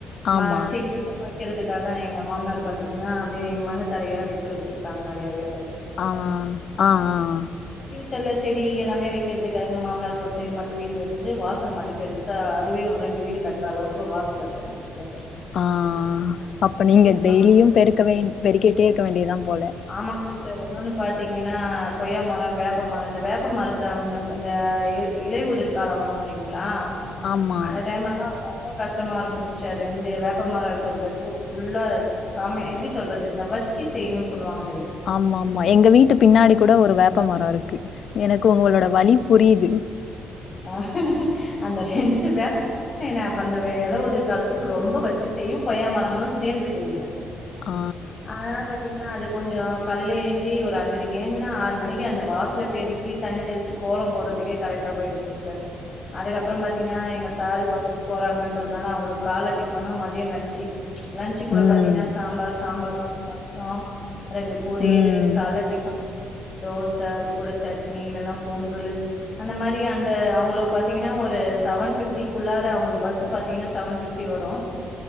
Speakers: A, on the left (about 35°); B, on the left (about 60°).
A: மா
B: ஆமா
A: செடி <unintelligible> வெக்குறதுக்காக நா எங்க மாமனார் பார்த்தீங்கன்னா அப்டியே மண்ணு தரையா விட்டு வெச்சிருக்காங்க நெறையவே
B: ஆஹ் ஆஹ் ஆஹ்ஹா
A: ப்யூச்சர்ல செடி எல்லாமே வெக்குறதுக்கு எங்க மாமனார் ஒரு சைடு மட்டோ வீடு கட்டுது வாசல் மட்டோ பெருசா அதுவே ஒரு ரெண்டு வீடு கட்டுற அளவுக்கு வாசலிருக்கோ சிஸ்டர்
B: ஆஹ் அப்ப
A: அதுவே
B: நீங்க டெய்லியோ பெருக்க வேண் பெறிக்கேட்டேயிருக்க வேண்டியதா போல
A: ஆமா சிஸ்டர் ஒன்னோன்னு பாத்தீங்கன்னா கொய்யா மரோ வேப்பமரோ இந்த வேப்பமரத்த இந்த இலை உதிர்காலோ வரோயில்லைங்களா
B: ஆமா
A: அந்த டைம்லலா ரொம்ப கஷ்டமாயிருக்கோ சிஸ்டர் ரெண்டு வேப்பமரோ இருக்குறதுக்கு அதுக்கோ புல்லா சாம எப்டி சொல்றது இந்த வெச்சு செய்யோ சொல்லுவாங்க
B: ஆமா ஆமா எங்க வீட்டு பின்னாடி கூட ஒரு வேப்ப ப்ப மரோயிருக்கு எனக்கு உங்களோட வலி புரியுது
A: ஆஹஹ அந்த ரெண்டு வேப்பமரோமே அப்ப அந்த எலயுதிர் காலத்துல ரொம்ப வெச்சு செய்யோ கொய்யா மரங்களோ சேர்ந்து செய்யுங்க
B: ஆ
A: அதனால பாத்தீங்கன்னா அது கொஞ்சோ காலையில ஏஞ்சி ஒரு அஞ்சரைக்கு ஏஞ்சன்னா ஆறு மணிக்கு அந்த வாசல்ல பெருக்கி தண்ணி தெளிச்சு கோலோ போடுறதுக்கே கரெக்டா போயிடோ சிஸ்டர் அதுக்கப்புறோ பாத்தீங்கன்னா எங்க சாரு ஒர்க்கு போறாங்கன்றதுனால அவங்களுக்கு கால டிபனும் மதியம் லன்்சு லஞ்ச்கூட
B: ம்
A: பாத்தீங்கன்னா சாம்பார் சாம்பார் கூட ரசம் ரெண்டு பொரியல்
B: ம்
A: கால டிஃபன் தோசை அது கூட சட்னி இல்லானா பொங்கலு அந்த மாதிரி அந்த அவங்களும் பாத்தீங்கன்னா ஒரு செவன் பிப்டிக்குள்ளார அவங்களுக்கு பஸ்ஸு பாத்தீங்கன்னா செவன் பிப்டி வரும்